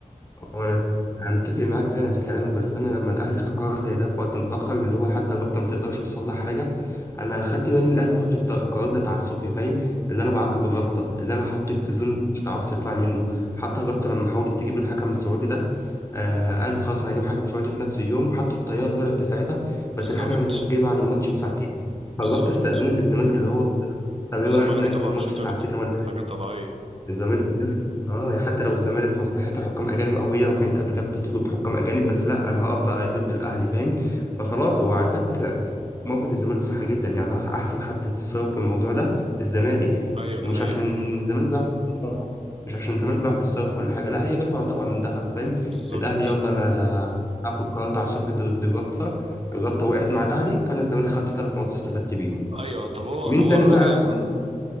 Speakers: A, on the left (about 20°); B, on the right (about 45°).
A: وانا انا متفق معاك فعلا في كلامك بس انا لما الاهلي خد قرار زي ده في وقت متاخر اللي هو حتى الرابطه ما تقدرش تصلح حاجه انا خدت بالي ان الاهلي واخد الت- القرار ده تعسفي فاهم اللي انا بعاقب الرابطه
B: امم
A: اللي انا هحطك في زون مش هتعرفي تطلعي منه حتى الرابطه لما حاولت تجيب الحكم السعودي ده آه قالت خلاص انا هجيب حكم سعودي في نفس اليوم وحتى الطياره طلعت في ساعتها
B: بالظبط
A: بس الحكم جه بعد الماتش بساعتين
B: بالظبط
A: فالرابطه استاذنت الزمالك اللي هو طب
B: والزمالك
A: ايه رايك ناجل
B: طبعا
A: الماتش
B: مش هترضى
A: ساعتين ولا
B: حاجه طبيعيه
A: من زمان كده اه يعني حتى لو الزمالك مصلحتها حكام اجانب او هي لو كانت قبل كده بتطلب حكام اجانب بس لا انا هقف بقى ضد الاهلي فاهم فخلاص
B: امم
A: هو على فكره موقف الزمالك صح جدا يعني احسن حد تصرف في الموضوع ده الزمالك
B: ايوه دي
A: ومش
B: حقيقه
A: عشان الزمالك بيعرف يتصرف مش عشان الزمالك بيعرف يتصرف ولا حاجه لا هي جات له على طبق من ذهب فاهم
B: بالظبط
A: الاهلي يلا انا هاخد قرارات عاصفة ضد الرابطة الرابطة وقعت مع الأهلي أنا الزمالك خدت ثلاث نقط استفدت بيهم
B: ايوه طب هو
A: مين
B: هو
A: تاني
B: الراجل
A: بقى
B: لو
A: كان
B: كان